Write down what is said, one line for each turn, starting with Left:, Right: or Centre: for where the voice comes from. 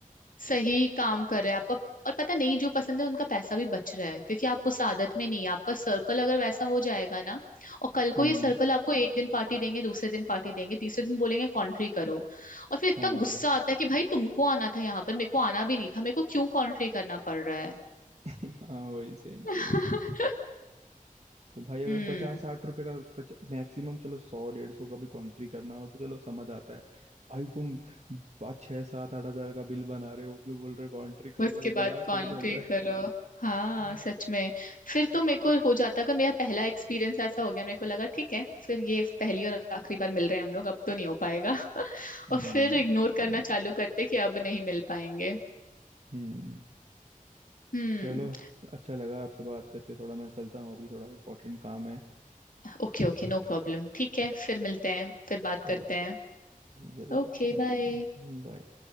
Left: सही काम कर रहे हैं आपका और पता नहीं जो पसंद है उनका पैसा भी बच रहा है क्योंकि आप उस आदत में नहीं है आपका सर्कल अगर वैसा हो जाएगा ना और कल को
Right: हम्म
Left: ये सर्कल आपको एक दिन पार्टी देंगे दूसरे दिन पार्टी देंगे तीसरे दिन बोलेंगे कॉन्ट्री करो और फिर
Right: हाँ
Left: इतना गुस्सा आता है कि भाई तुमको आना था यहाँ पर मेरे को आना भी नहीं था मेरे को क्यों कॉन्ट्री करना पड़ रहा है
Right: <laughs> हाँ वही सेम
Left: <laughs>
Right: सेम तो भाई अगर
Left: हम्म
Right: पचास साठ रुपए का पच, मैक्सिमम चलो सौ डेढ़ सौ का भी कॉन्ट्री करना हो तो चलो समझ आता है भाई तुम पाँच छः सात आठ हजार का बिल बना रहे हो उसमें बोल रहे हो कॉन्ट्री करो
Left: उसके
Right: भाई
Left: बाद
Right: मजाक
Left: कॉन्ट्री
Right: थोड़ी चल रहा
Left: करो हाँ
Right: है
Left: सच
Right: <laughs>
Left: में फिर तो मेरे को हो जाता कि मेरा पहला एक्सपीरियंस ऐसा हो गया मेरे को लगा ठीक है फिर ये पहली और आखिरी बार मिल रहे हैं हम लोग अब तो नहीं हो पाएगा <laughs>
Right: हम्म
Left: और फिर इग्नोर
Right: सेम
Left: करना चालू करते कि अब नहीं मिल पाएंगे
Right: हम्म
Left: हम्म
Right: चलो अच्छा लगा आपसे बात करके थोड़ा मैं चलता हूँ अभी थोड़ा इम्पोर्टेंट काम है
Left: ओके ओके नो प्रॉब्लम ठीक है फिर मिलते हैं फिर बात
Right: ओ
Left: करते हैं
Right: जरूर
Left: Okay
Right: ओके
Left: bye
Right: बाय